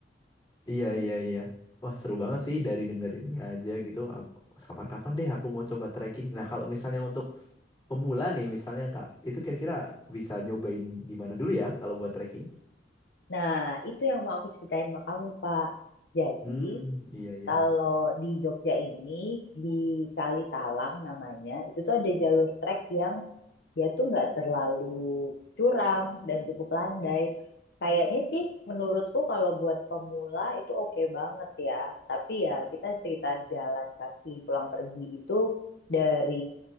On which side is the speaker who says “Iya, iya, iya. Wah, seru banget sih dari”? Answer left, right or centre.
Left